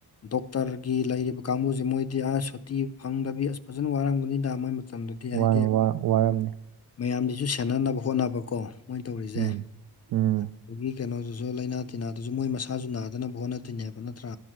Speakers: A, on the left; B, on the right.
A: ꯗꯣꯛꯇꯔꯒꯤ ꯂꯩꯔꯤꯕ ꯀꯥꯡꯕꯨꯁꯦ ꯃꯣꯏꯗꯤ ꯑꯥ ꯁꯨꯇꯤ ꯐꯪꯗꯕꯤ ꯑꯁ ꯐꯖꯅ ꯋꯥꯔꯝꯒꯅꯤꯗ ꯃꯣꯏ ꯃꯇꯝꯗꯨꯗꯤ ꯍꯥꯏꯗꯤ
B: ꯋꯥ ꯋꯥ ꯋꯥꯔꯝꯅꯤ
A: ꯃꯌꯥꯝꯒꯤꯁꯨ ꯁꯦꯟꯅꯅꯕ ꯍꯣꯠꯅꯕꯀꯣ ꯃꯣꯏ ꯇꯧꯔꯤꯖꯦ
B: ꯎꯝ ꯎꯝ
A: ꯑꯗꯒꯤ ꯀꯩꯅꯣꯗꯨꯖꯨ ꯂꯥꯏꯅꯥ ꯇꯤꯟꯅꯥꯗꯨꯁꯨ ꯃꯣꯏ ꯃꯁꯥꯖꯨ ꯅꯥ ꯅꯗꯅꯕ ꯍꯣꯠꯅꯗꯣꯏꯅꯦꯕ ꯅꯠꯇ꯭ꯔꯥ